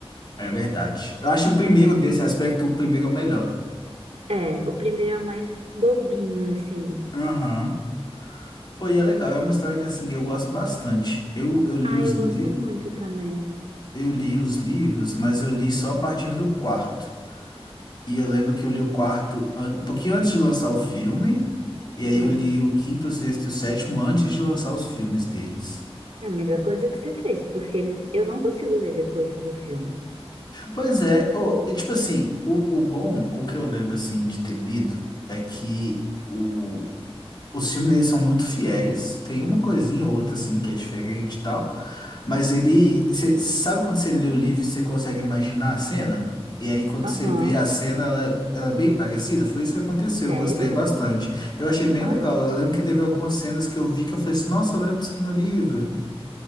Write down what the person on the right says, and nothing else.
É, o primeiro é o mais bobinho, assim.
Ah,
eu
gosto muito também.
Hum,
é a melhor coisa que você fez, porque ele- eu não consigo ler depois do filme.
Aham.
Sério?
Ó,